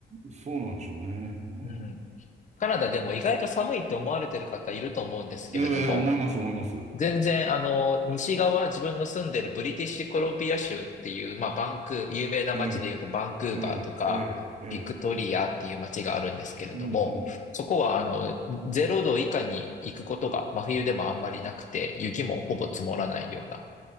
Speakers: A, on the right; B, on the left.
A: そうなんでしょうね。うん、
B: うん。カナダでも意外と寒いって思われてる方いると思うんですけれども、
A: ええ、思います、思います。
B: 全然あの、西側、自分の住んでるブリティッシュコロンビア州っていう、まあバンクー、有名な街で言うとバンクーバーとか、
A: ええ、ええ、ええ、ええ、
B: ビクトリアっていう街があるんですけれども、
A: うん、
B: そこはあの、ゼロ度以下に行くことが真冬でもあんまりなくて、雪もほぼ積もらないような